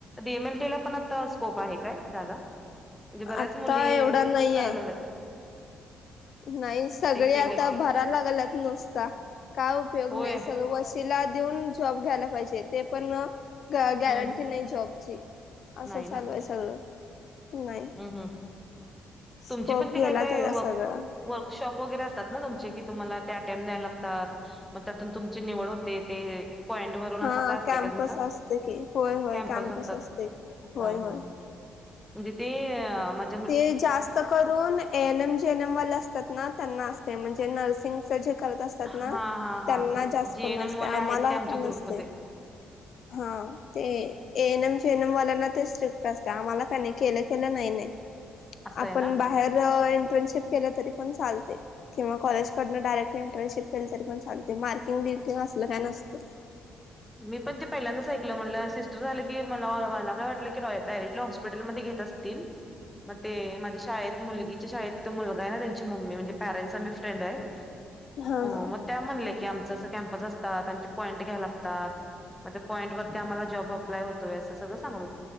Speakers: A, in the centre; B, on the left (about 60°).
A: डी एम एल टीला पण आता स्कोप आहे काय जादा? म्हणजे बऱ्याच
B: आता
A: मुली
B: एवढा नाही
A: कराय
B: आहे
A: लागल्याात.
B: नाही सगळे
A: केलं
B: आता
A: की
B: भरा लागेलात नुसता काय उपयोग
A: होय
B: नाही सगळ वस् तिला देऊन जॉब घ्यायला पाहिजे ते पण ग गॅरंटी
A: हम्म
B: नाही जॉबची असं
A: नाही
B: चालू
A: ना
B: आहे सगळं. नाही
A: हम्म हम्म तुमचे
B: स्कोप
A: पण ते
B: गेला
A: काय काय
B: त्याचा
A: वर्क
B: सगळा.
A: वर्कशॉप वगैरे असतात ना तुमचे की तुम्हाला त्या अटेंम्प द्याय लागतात. म त्यातून तुमची निवड होते ते पॉईंट वरून
B: हा
A: असं काय असतंय
B: कॅम्पस
A: काय तुमचं
B: असते की होय होय
A: कॅम्पस असतात
B: असते होय
A: हा
B: होय
A: हा म्हणजे ते म.
B: ते जास्त कर. N M J N M वा असतात ना त्यांना अस म्हणजे नर्सिंग जे करत अस.
A: हा
B: ना त्यांना
A: हा हा
B: जास्त
A: जीएनएम
B: कोण नसते
A: वाले
B: आम्हाला
A: आहेत ते आमच्या
B: का
A: ग्रुपमध्ये
B: नसते. हा ते ए एन एम ेनम वाला ना ते स्ट्रिक्ट असत आम्हाला काही नाही केलं खेलं नाही नाही.
A: असं
B: आपण
A: आहे ना.
B: बाहेर इंटर्नशिप केल्या तरी पण चालते किंवा कॉलेज. कडन डायरेक्ट इंटर्नशिप केली तरी प ल मार्कंग बिर्किंग असलं काय नसते.
A: मी पण ते पहिल्यांदच ऐकलं म्हटलं सिस्टर झालं की मलाला काय वाटलं की डायरेक्टली हॉस्पिटलमध्ये घेत असतील
B: ह <inaudible>
A: मग ते माझ्या शाळेत मुलगीच्या शाळेत तो मुलगा आहे ना त्यांची मम्मी म्हणजे पॅरेंट्स आमही फ्रेंड आहे.
B: हा
A: हो
B: हा
A: मग त्या म्हणले की आमचं अस कॅम्पस असतात त्यांचे पॉइंट घ्यायलागत. पॉईंट वरती आम्हाला जॉब अप्लाय होतोय असं सगळं सांग.